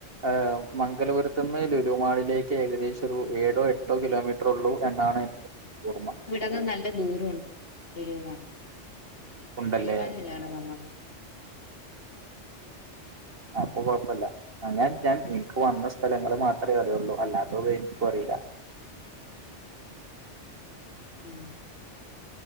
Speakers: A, on the right; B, on the left.
A: ഏഹ് മംഗലപുരത്തുന്ന് ലുലുമാളിലേക്ക് ഏകദേശം ഒരു ഏഴോ എട്ട് ഒരു കിലോമീറ്ററുള്ളു എന്നാണ് എന്റെരു ഓർമ്മ.
B: അത് നല്ല ദൂരമുണ്ട് ലുലുമാള്.
A: ഉണ്ടല്ലേ
B: കിളിമാനുരാണ് നമ്മള്.
A: അപ്പൊ കൊഴപ്പല്ല. അൻ ഞാൻ എനിക്ക് വന്ന സ്ഥലങ്ങൾ മാത്രമേ അറിയുള്ളൂ. അല്ലാ തോ എനിക്കു അറീല്ല.
B: ഉം.